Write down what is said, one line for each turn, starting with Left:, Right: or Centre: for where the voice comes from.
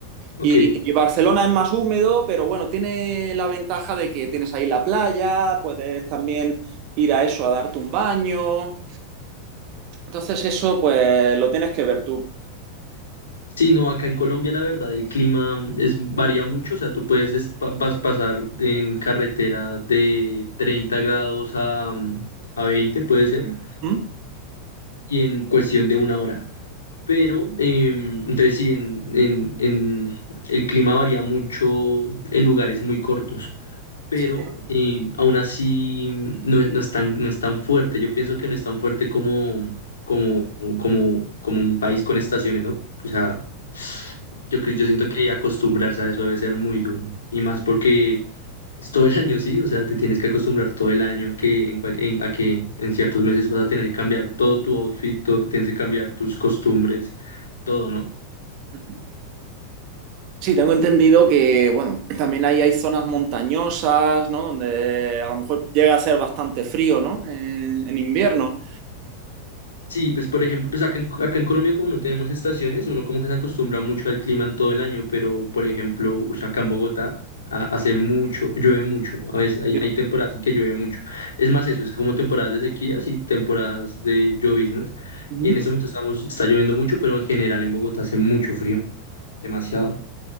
Left: Ok.
Right: Y, y Barcelona es más húmedo, pero bueno, tiene la ventaja de que tienes ahí la playa, puedes también ir a eso, a darte un baño. Entonces eso, pues lo tienes que ver tú.
Left: Sí, no, acá en Colombia la verdad el clima es, varía mucho, o sea, tú puedes des- pa- vas- pasar en carretera de 30 grados a, mm, a 20 puede ser,
Right: ¿Mm?
Left: y en cuestión de una hora. Pero, em, entonces sí, en, en, en- el clima varía mucho en lugares muy cortos pero
Right: Sí.
Left: eh, aún así mm, no, es no es tan, no es tan fuerte. Yo pienso que no es tan fuerte como, como, como, como un país con estaciones, ¿no? O sea, yo, cre- yo siento que acostumbrarse a eso debe ser muy duro. Y más porque es todo el año, sí, o sea, te tienes que acostumbrar todo el año a que en, cual- en- a que en ciertos meses vas a tener que cambiar todo tu outfit, todo- tienes que cambiar tus costumbres, todo, ¿no?
Right: Sí. Sí, tengo entendido que, bueno, también ahí hay zonas montañosas, ¿no? Donde a lo mejor llega a ser bastante frío, ¿no? En, en invierno.
Left: Sí, pues por ejemplo, pues acá en, acá en Colombia como no tenemos estaciones, uno como que se acostumbra mucho al clima en todo el año, pero por ejemplo, ush, acá en Bogotá ha- hace mucho, llueve mucho, a veces hay,
Right: Pero-
Left: hay temporadas en que llueve mucho. Es más eso, es como temporadas de sequías y temporadas de lloviznas.
Right: Ujú.
Left: Y en ese momento estamos, está lloviendo mucho, pero en general en Bogotá hace mucho frío, demasiado.